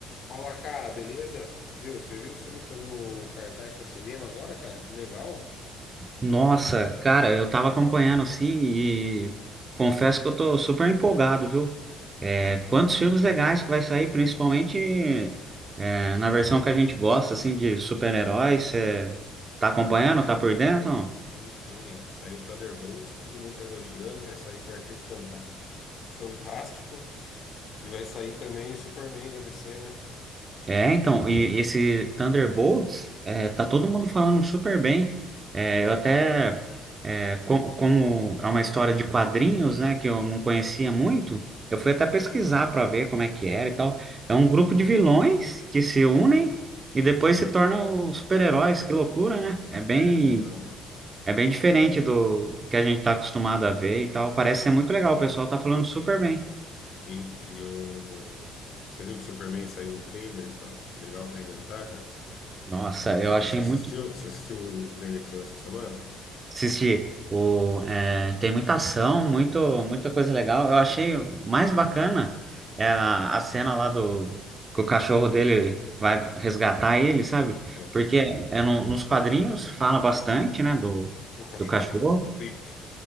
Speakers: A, on the left (about 60°); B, on the right (about 35°).
A: Fala, cara, beleza? Viu? Você viu os filmes que estão no cartaz para cinema agora, cara? Que legal.
B: Nossa, cara, eu tava acompanhando assim e confesso que eu tô super empolgado, viu? É, quantos filmes legais que vai sair, principalmente é, na versão que a gente gosta, assim, de super-heróis. Você tá acompanhando? Tá por dentro?
A: Sim, sim. ó, Saiu Thunderbolts, que todo mundo tá elogiando. Vai sair Quarteto Fanta- Fantástico. E vai sair também Superman da DC, né?
B: É, então, e esse Thunderbolts, é, tá todo mundo falando super bem. É, eu até, é, co- como é uma história de quadrinhos, né, que eu não conhecia muito, eu fui até pesquisar para ver como é que era e tal. É um grupo de vilões que se unem e depois se tornam super-heróis, que loucura, né? É bem,
A: É, legal.
B: é bem diferente do que a gente tá acostumado a ver e tal. Parece ser muito legal, o pessoal tá falando super bem.
A: Sim. E o. Você viu que o Superman saiu um trailer? tá Legal para arrebentar, cara.
B: Nossa,
A: Você
B: eu achei
A: você assistiu?
B: muito
A: Você assistiu o trailer que saiu essa semana?
B: Assisti. O, é, tem muita ação, muito, muita coisa legal. Eu achei o mais bacana é a, a cena lá do que o cachorro dele vai resgatar ele, sabe?
A: É.
B: Porque é no- nos quadrinhos fala bastante, né, do,
A: Do cachorro,
B: do cachorro,
A: né? Do Krypto.